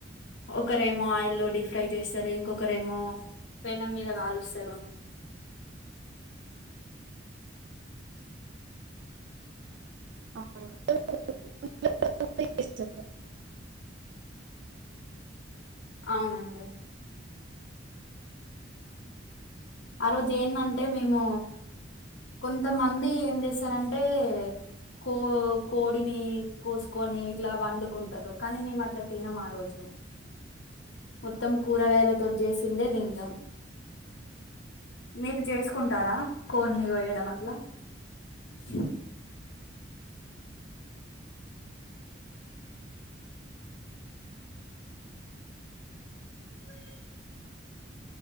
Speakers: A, on the left (about 75°); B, on the right (about 65°).
A: ఒక ఏమో ఆయిల్లో డీప్ ఫ్రై చేస్తారు ఇంకొకరేమో పెనం మీద కాలుస్తారు
B: <unintelligible> బిర్యానీ కూడా చేస్తావా
A: అవునండి ఆ రోజు ఏందంటే మేము కొంతమంది ఏం చేస్తారంటే కో కోడిని కోసుకొని ఇట్లా వండుకుంటారు కానీ మేము అట్లా తినం ఆ రోజు
B: అ
A: మొత్తం కూరగాయలతోటి చేసిందే తింటం మీరు చేసుకుంటారా కోన్ని వయడం అట్లా స అ